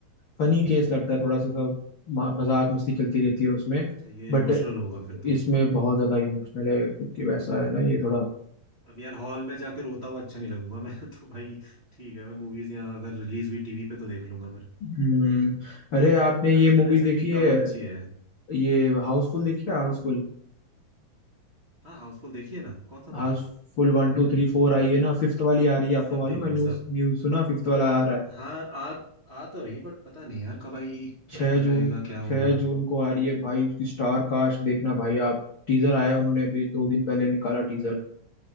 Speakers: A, on the left; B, on the right.
A: फनी केस लगता है थोड़ा सा सब म- मजाक मस्ती चलती रहती है उसमें
B: अच्छा ये
A: बट
B: इमोशनल होगा फिर तो
A: इसमें बहुत ज्यादा इमोशनल है क्योंकि वैसा है ना ये थोड़ा
B: अब यार हॉल में जाके रोता हुआ अच्छा नहीं लगूंगा मैं <laughs> तो भाई ठीक है मैं मूवीज या अगर रिलीज हुई टीवी पे तो देख लूंगा फिर
A: हम्म अरे आपने
B: नहीं
A: ये
B: आजकल
A: मूवी
B: वैसे
A: देखी
B: भी
A: है
B: कम अच्छी है
A: ये हाउसफुल
B: कौन
A: देखी
B: सी
A: है Housefull
B: हाँ हाउसफुल देखिए ना कौन सा
A: Housefull
B: पार्ट
A: one two three four आई है ना फिफ्थ वाली आ रही है आपको
B: सब
A: मालूम
B: देखिए
A: है न्यूज
B: सब
A: न्यूज सुना फिफ्थ वाला आ रहा है
B: हाँ आ आ तो रही बट पता नहीं यार कब आएगी कैसा
A: छह
B: रहेगा
A: जून
B: क्या होगा
A: छह जून को आ रही है भाई उसकी स्टार कास्ट देखना भाई आप टीजर आया है उन्होंने अभी दो दिन पहले निकाला टीजर